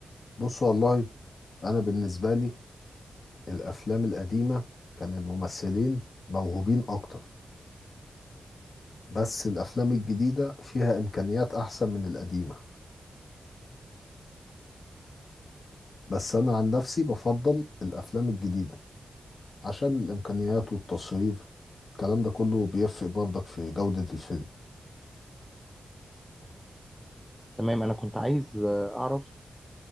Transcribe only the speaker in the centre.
تمام انا كنت عايز آه، اعرف